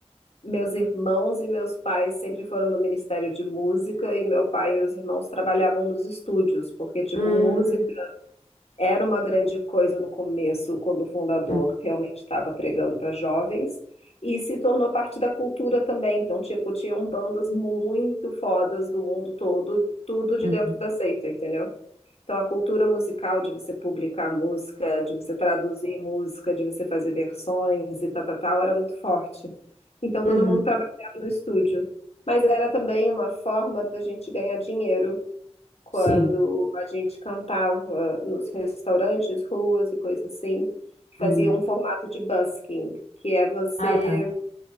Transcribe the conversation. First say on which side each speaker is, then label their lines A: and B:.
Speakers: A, on the left; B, on the left.
A: Meus irmãos e meus pais sempre foram do Ministério de Música e meu pai e meus irmãos trabalhavam nos estúdios, porque, tipo,
B: Hum,
A: música era uma grande coisa no começo, quando o fundador
B: uhum,
A: realmente estava pregando para jovens, e se tornou parte da cultura também. Então, tipo, tinham bandas muito fodas do mundo todo, tudo de
B: uhum,
A: dentro da seita, entendeu? Então, a cultura musical de você publicar música, de você traduzir música, de você fazer versões e tal, tal, tal, era muito forte. Então, todo
B: uhum,
A: mundo trabalhava no estúdio. Mas era também uma forma da gente ganhar dinheiro quando
B: sim.
A: a gente cantava nos restaurantes, ruas e coisas assim, que fazia
B: uhum.
A: um formato de busking, que é você
B: Ah, tá.